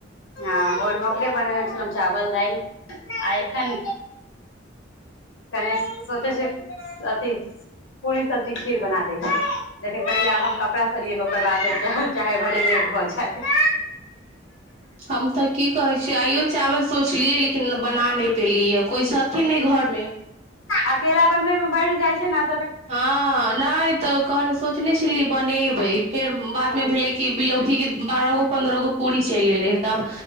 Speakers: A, on the left; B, on the right.
A: हां भोर मे ओकरे बनेनै छलों चावल दाल आ ऐखन कनि सोचै छीयै अथी पूरी सब्जी खीर बना दै छीयै लेकिन पहिले आब हम कपड़ा सरियेबै ओकर बादे चाहे भनेे लेट भऽ जाय।
B: हम तऽ की कहै छीयै आइयो चावल सोचलियै लेकिन बना नै पेलिए कोइ सब थिन नै घरमे।
A: अकेला बनबै मे बढ़ जाए छै न।
B: हां नै त कन सोचने छलीए बनेबै फेर बाद
A: हूं
B: मे भेले कि बिलौकी के बारहो पन्द्रागो पूरी चैल एले हे तब